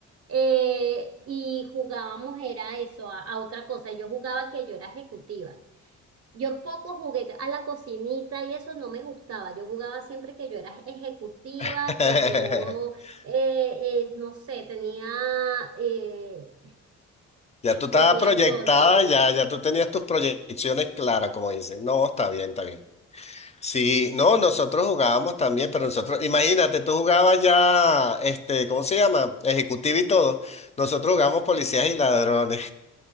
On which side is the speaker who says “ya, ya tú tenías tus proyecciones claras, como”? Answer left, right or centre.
Left